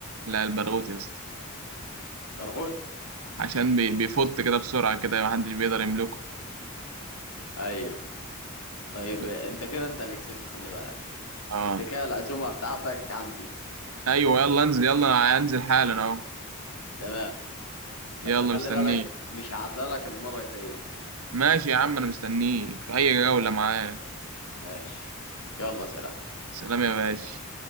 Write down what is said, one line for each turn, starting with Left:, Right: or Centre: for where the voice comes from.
Right: لا البرغوث يا اسطى
Left: الحوت
Right: عشان بي- بيفط كده بسرعة كده محدش بيقدر يملكه
Left: أيوه طيب
Right: بس-
Left: أنت كده أنت اللي كسبت خلي بالك
Right: اه
Left: أنت كده العزومة بتاعتك عندي
Right: ايوه يلا انزل يلا انا هنزل حالا اهو
Left: تمام
Right: يلا
Left: بس خلي
Right: مستنيك
Left: بالك مش هعدلك المرة الجاية
Right: ماشي يا عم انا مستنيك في اي جولة
Left: ماشي
Right: معاك
Left: ماشي يلا سلام
Right: سلام يا باشا